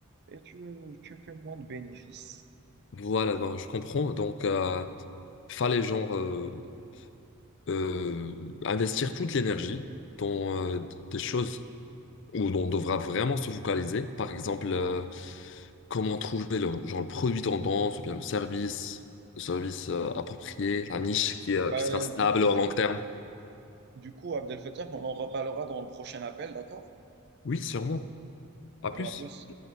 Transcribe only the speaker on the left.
Voilà, ben, je comprends. Donc, euh, fallait genre euh, euh, investir toute l'énergie dans euh, des choses où on devra vraiment se focaliser. Par exemple, euh, comment trouver le, genre le produit tendance ou bien le service, le service euh, approprié, la niche qui, euh,
qui sera stable
au long terme.
Oui, sûrement. À
plus.